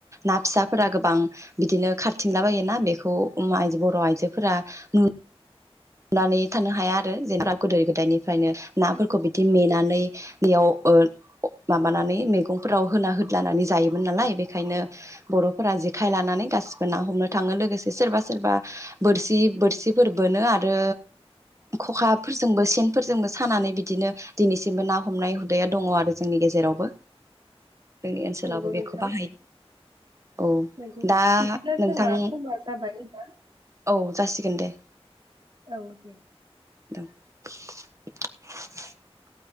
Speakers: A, on the right; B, on the right.
A: ना फिसाफोरा गोबां बिदिनो खारथिंला बायोना बेखौ उम आय बर' आइजोफोरा नु नानै थानो हाया आरो जेनबा गोदो गोदायनि फ्रायनो नाफोरखौ
B: नंगौ
A: बिदि मेनानै बेयाव ओ माबानानै मैगंफोराव होना होदलानानै जायोमोन नालाय बेनिखायनो बर'फोरा जे खाय लानानै गासिबो ना हमनो थाङो लोगोसे सोरबा सोरबा बोरसि बोरसिफोर बोनो आ रो खखाफोरजोंबो सेनफोरजोंबो सानानै बिदिनो दिनैसिमबो ना हमनाय हुदाया दङ आरो जोंनि गेजेरावबो। जोंनि ओनसोलावबो
B: नंगौ नोंथां
A: बेखौ बाहायो औ
B: नंगौ
A: दा
B: बिदिब्ला
A: नोंथां
B: जोंहा समा जाबाय दा।
A: औ जासिगोन दे।
B: औ दे।
A: <unintelligible>